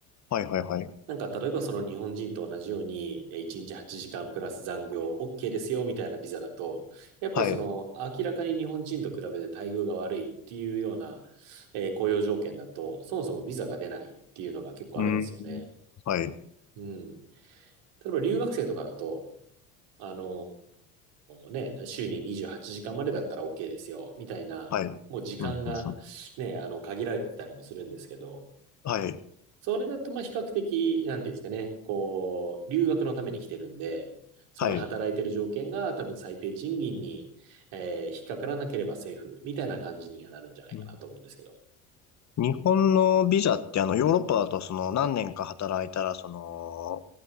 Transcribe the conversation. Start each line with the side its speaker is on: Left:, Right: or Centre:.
Left: はい、はい、はい。
Right: なんか、例えばその日本人と同じように、えー1日8時間プラス残業 OK ですよ、みたいなビザだと、やっぱりその、
Left: はい。
Right: 明らかに日本人と比べて待遇が悪いっていうような、えー雇用条件だと、そもそもビザが出ないっていうのが結構あるんですよね。
Left: うん。はい、
Right: うん。例えば留学生とかだと、あのーね、週に28時間までだったら OK ですよ、みたいな、
Left: はい。
Right: もう時間がね、
Left: うん、うん、うん。
Right: あの、限られてたりもするんですけど、
Left: はい、
Right: それだと、まあ、比較的、なんていうんですかね、こう、留学のために来てるんで、その働いてる条件が多分最低賃金に、
Left: はい。
Right: えー引っかからなければセーフ、みたいな感じにはなるんじゃないかなと思うんですけど。
Left: うん日本のビザってあのヨーロッパだとその何年か働いたらその